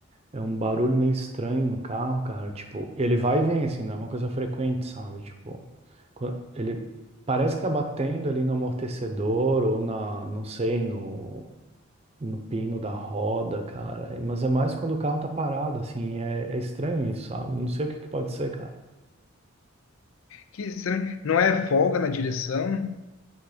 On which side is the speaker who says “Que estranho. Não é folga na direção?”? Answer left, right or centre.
Left